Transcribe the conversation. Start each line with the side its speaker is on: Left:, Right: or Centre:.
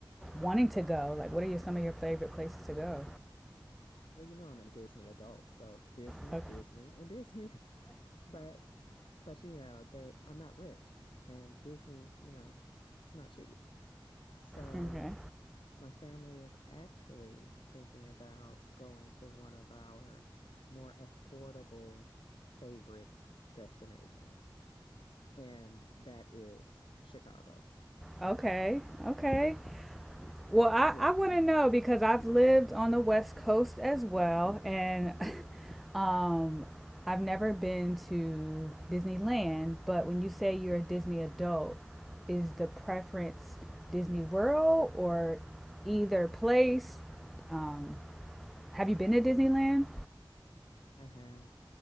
Centre: wanting to go? Like, what are your, some of your favorite places to go?
Left: Well, you know I'm a Disney adult, so Disney,
Centre: Okay.
Left: Disney, and Disney. <laughs> But but you know, they I'm not rich and Disney, you know, it's not cheap. So
Centre: Okay.
Left: my family is actually thinking about going to one of our more affordable favorite destinations, and that is Chicago.
Centre: Okay. Okay. Well, I,
Left: Yeah,
Centre: I want to know because I've lived on the West Coast as well, and <laughs> um, I've never been to Disneyland. But when you say you're a Disney adult, is the preference Disney World or either place? Um, have you been to Disneyland?
Left: I have